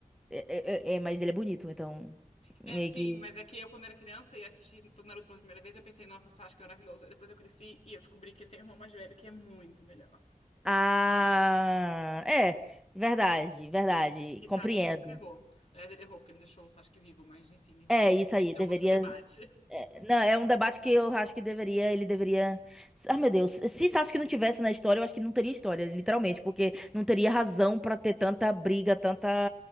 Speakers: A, in the centre; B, on the left.
A: É, é, é, é, mas ele é bonito, então
B: É,
A: meio
B: sim,
A: que
B: mas é que eu, quando era criança e assisti o Naruto pela primeira vez, eu pensei, nossa, Sasuke é maravilhoso. Aí Depois eu cresci e eu descobri que ele tem um irmão mais velho que é muito melhor.
A: Ah, é, verdade, verdade.
B: Itachi
A: Compreendo.
B: nunca errou. Aliás, ele errou porque ele deixou o Sasuke vivo, mas enfim, esse
A: É
B: é outro,
A: isso
B: esse
A: aí, deveria
B: é outro debate.
A: É, Não, é um debate que eu acho que deveria, ele deveria. Ah, meu Deus, se isso acho que não tivesse na história, eu acho que não teria história, literalmente, porque não teria razão pra ter tanta briga, tanta